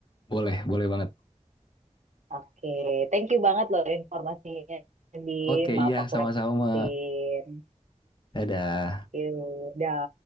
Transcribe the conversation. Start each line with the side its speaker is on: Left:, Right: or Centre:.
Left: Boleh, boleh banget.
Right: Oke, thank you banget loh informasinya, Bim.
Left: Oke,
Right: Maaf
Left: iya,
Right: aku
Left: sama-sama.
Right: repotin.
Left: Dadah.
Right: Yaudah.